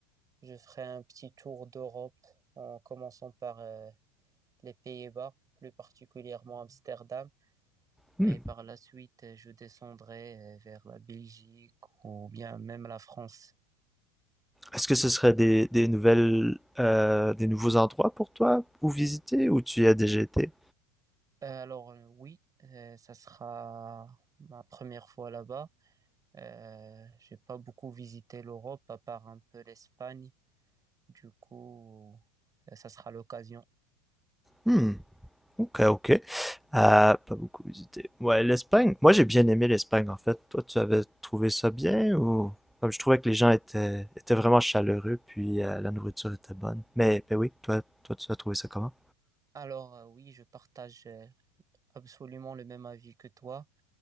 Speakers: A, on the right (about 25°); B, in the centre.
A: je ferai un petit tour d'Europe en commençant par euh, les Pays-Bas, plus particulièrement Amsterdam,
B: Hmm.
A: et par la suite, euh, je descendrai euh, vers la Belgique ou bien même la France.
B: Est-ce que ce serait des, des nouvelles, euh, des nouveaux endroits pour toi ou visiter ou tu y as déjà été?
A: Euh, alors, euh, oui, euh, ça sera ma première fois là-bas. Euh, j'ai pas beaucoup visité l'Europe, à part un peu l'Espagne, du coup, euh, ça sera l'occasion
B: Hmm. Ok, ok. Euh, pas beaucoup visité. Ouais, l'Espagne. Moi, j'ai bien aimé l'Espagne, en fait. Toi, tu avais trouvé ça bien ou... Comme je trouvais que les gens étaient, étaient vraiment chaleureux, puis euh, la nourriture était bonne. Mais, mais oui, toi, toi, tu as trouvé ça comment?
A: Alors, euh, oui, je partage euh, absolument le même avis que toi.